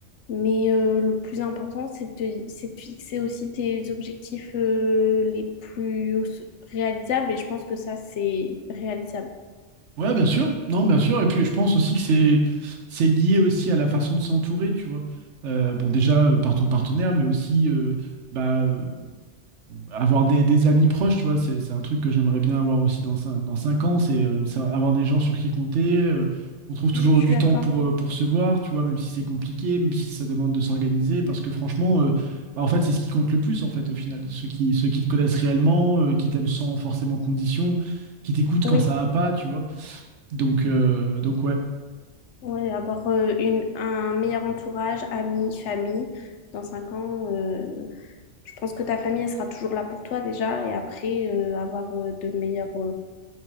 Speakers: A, on the left (about 75°); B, on the right (about 75°).
A: Mais euh, le plus important, c'est de, c'est de fixer aussi tes objectifs euh, les plus réalisables, et je pense que ça, c'est réalisable.
B: Ouais, bien sûr. Non, bien sûr. Et puis, je pense aussi que c'est c'est lié aussi à la façon de s'entourer, tu vois. Euh, bon, déjà euh, par ton partenaire, mais aussi euh, bah, euh, avoir des, des amis proches, tu vois. C'est c'est un truc que j'aimerais bien avoir aussi dans cin- dans cinq ans, c'est euh, ça- avoir des gens sur qui compter. euh, on trouve toujours
A: Mm, Je suis
B: du
A: d'accord.
B: temps pour euh, pour se voir, tu vois, même si c'est compliqué, même si ça demande de s'organiser, parce que franchement. euh, bah, en fait, c'est ce qui compte le plus, en fait, au final. Ceux qui, ceux qui te connaissent réellement, euh, qui t'aiment sans forcément condition, qui t'écoutent
A: Oui,
B: quand ça va pas, tu vois. Donc, euh, donc ouais.
A: ouais, avoir euh, une, un meilleur entourage, amis, famille. Dans cinq ans, euh, je pense que ta famille, elle sera toujours là pour toi déjà, et après, euh, avoir euh, de meilleurs